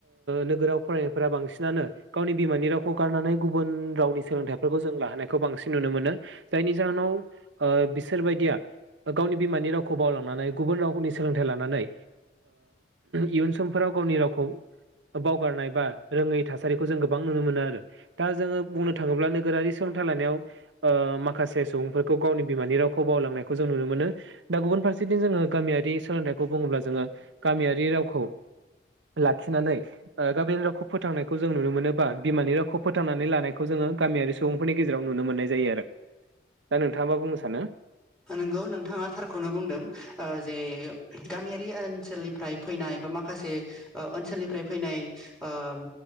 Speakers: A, on the right; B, in the centre.
A: नोगोराव फरायनायफोरा बांसिनानो गावनि बिमानि रावखौ गारनानै गुबुन रावनि सोलोंथाइफोरखौ जों लाहोनायखौ बांसिन नुनो मोनो जायनि जाहोनाव बिसोरबायदिया गावनि बिमानि रावखौ बावलांनानै गुबुन रावखौनि सोलोंथाइ लानानै इयुन समफोराव गावनि रावखौ बावगारनाय बा रोङै थासारिखौ जों गोबां नुनो मोनो आरो दा जोङो बुंनो थाङोब्ला नोगोरारि सोलोंथाइ लानायाव आ माखासे सुबुंफोरखौ गावनि बिमानि रावखौ बावलांनायखौ जों नुनो मोनो दा गुबुन फारसेथिं जोङो गामियारि सोलोंथाइखौ बुङोब्ला जोङो गामियारि रावखौ लाखिनानै आ गामिनि रावखौ फोथांनायखौ जों नुनो मोनोबा बिमानि रावखौ फोथांनानै लानायखौ जोङो गामियारि सुबुंफोरनि गेजेराव नुनो मोननाय जायो आरो दा नोंथाङा मा बुंनो सानो
B: नंगौ नोंथाङा थारखौनो बुंदों जे गामियारि ओनसोलनिफ्राय फैनाय बा माखासे ओनसोलनिफ्राय फैनाय ओम